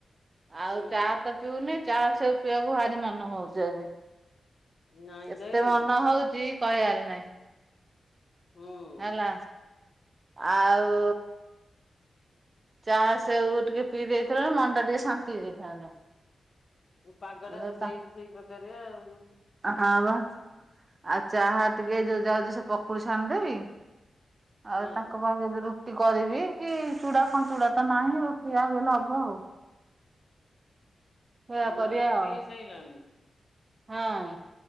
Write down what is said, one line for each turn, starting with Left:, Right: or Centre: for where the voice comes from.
Right: ଆଉ
Left: ହୁଁ
Right: ଚା ତ ପିଉନି ଚା ସେଉ ପିଇବାକୁ ଭାରି ମନ ହଉଛି ଆଜି।
Left: ନାଇଁ
Right: ଏତେ
Left: ଦେଇ
Right: ମନ ହଉଛି କହିବାରେ ନାଇଁ।
Left: ହୁଁ
Right: ହେଲା। ଆଉ ଚା ସେଉ ଟିକେ ପିଇ ଦେଇଥିଲେ, ମନଟା ଟିକେ ଶାନ୍ତି ହେଇଯାଇଥାନ୍ତା।
Left: ଏଇ ପାଗଟା
Right: ହଁ
Left: ତ ଦେଇଛି ସେଇ ପ୍ରକାରିଆ ଆଉ।
Right: ହଁ ବା। ଆଉ ଚାହା ଟିକେ ଯୋଉ ଯାଉଛି ସେ ପକୁଡି ଛାଣିଦେବି ଆଉ
Left: ହଁ
Right: ତାଙ୍କ ବାଙ୍ଗଦରୁ କରିବି କି ଚୁଡା କଣ ଚୁଡା ତ ନାହିଁ ଖିଆ ହେବ ବୋଇଲେ ହବ ଆଉ। ସେଇଆ
Left: ଆମର
Right: କରିବା
Left: ରୁଟି
Right: ଆଉ,
Left: ହେଇସାଇଲାଣି
Right: ହଁ।